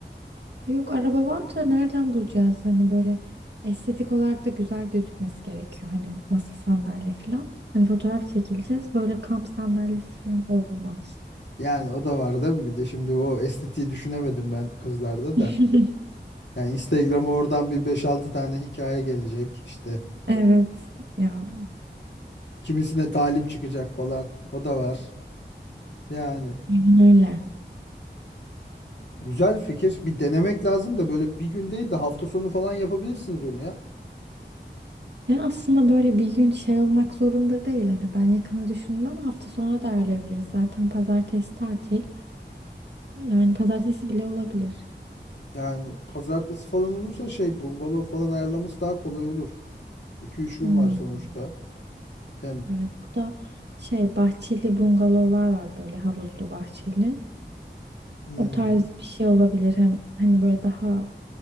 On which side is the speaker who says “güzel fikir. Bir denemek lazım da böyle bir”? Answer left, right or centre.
Left